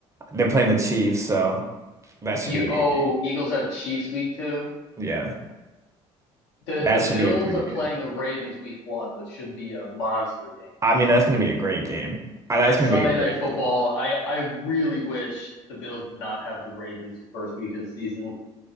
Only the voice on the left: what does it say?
You
oh,
Eagles have Chiefs week two.
The
the Bills
are playing
the Ravens week one, which should be a monster game.
It's
Sunday
night football.
I I really wish the Bills did not have the Ravens the first week of the season.